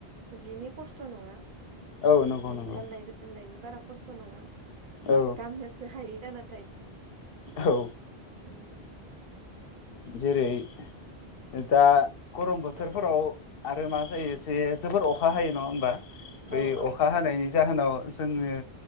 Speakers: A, on the right; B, on the left.
A: जिनि खस्थ' नङा
B: औ नंगौ
A: जि
B: नंगौ
A: गाननाय जोमनायनि बारा खस्थ' नङा
B: औ
A: गाननोसो हायै जाना
B: औ
A: ओम
B: जेरै दा गरम बोथोरफोराव
A: औ
B: आरो मा जायो जे जोबोर अखा हायो नङा होमबा
A: औ
B: बै
A: औ
B: अखा हानायनि जाहोनाव जोंनो